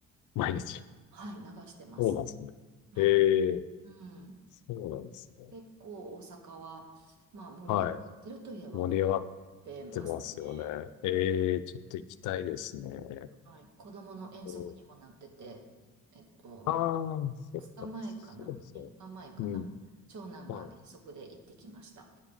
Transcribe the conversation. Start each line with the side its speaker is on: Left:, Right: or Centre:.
Left: 毎日。
Right: はい、流してます。
Left: そうなんですね。
Right: は
Left: ええ、
Right: い。うん。
Left: そうなんですね。
Right: 結構大阪は、まあ、盛り上がってるといえば盛り上がってますね。
Left: はい。盛り上がってますよね。ええ、
Right: うん。
Left: ちょっと行きたいですね。
Right: はい。子供の遠足にもなってて、
Left: うん。
Right: えっと、
Left: ああ、そっか、
Right: 2日前かな
Left: そうですね。
Right: ?3 日前かな長男が遠足で行ってきました。
Left: うん。は